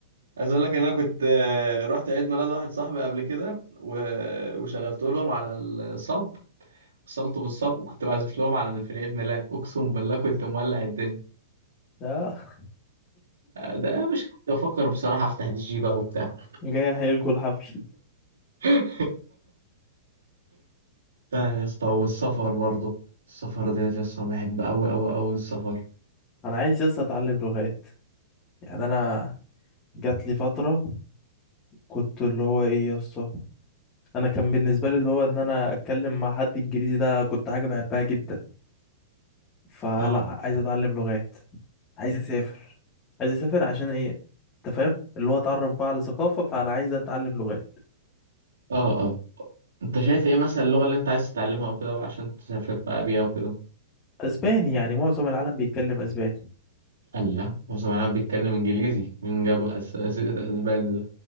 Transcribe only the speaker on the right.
عايز اقول لك ان انا كنت آه، رحت عيد ميلاد واحد صاحبي قبل كده و- وشغلت لهم على الصب وصلته بالصب وكنت بعزف لهم على في العيد ميلاد اقسم بالله كنت مولع الدنيا
ده يا باشا كنت بفكر بصراحة أفتح دي جي بقى وبتاع
<laughs> لا يا اسطى والسفر برضه السفر ديت يا اسطى بحب أوي أوي أوي السفر
اه
اه اه انت شايف ايه مثلا اللغة اللي انت عايز تتعلمها وكده بقى عشان تسافر بقى بيها وكده
قال لا هو سمعناه بيتكلم انجليزي مين جاب أس- اسئلة اسباني ده